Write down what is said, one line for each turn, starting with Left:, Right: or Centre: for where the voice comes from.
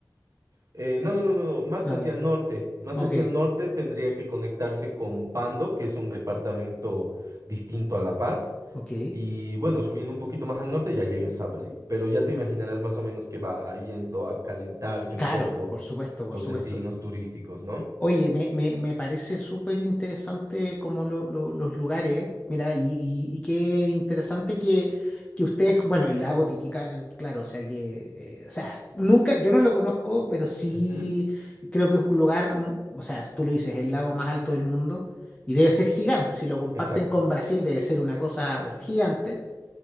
Right: Eh, no, no, no, no, no, más
Left: Ah,
Right: hacia el norte. Más
Left: Ok,
Right: hacia el norte tendría que conectarse con Pando, que es un departamento distinto a La Paz.
Left: ok.
Right: Y bueno, subiendo un poquito más al norte ya llegas a Brasil. Pero ya te imaginarás más o menos que va yendo a calentarse
Left: Claro,
Right: un poco
Left: por supuesto, por
Right: los
Left: supuesto.
Right: destinos turísticos, ¿no?
Left: Oye, me, me, me parece súper interesante como lo- lo- los lugares, mira, y, y- y qué interesante que, que ustedes, bueno, el lago Titicaca, claro, o sea que, eh, o sea, nunca, yo no lo conozco, pero sí
Right: Ujú,
Left: creo que es un lugar, mm, o sea, si tú lo dices, el lago más alto del mundo, y debe ser gigante, si lo comparten
Right: Exacto.
Left: con Brasil debe ser una cosa, pero gigante,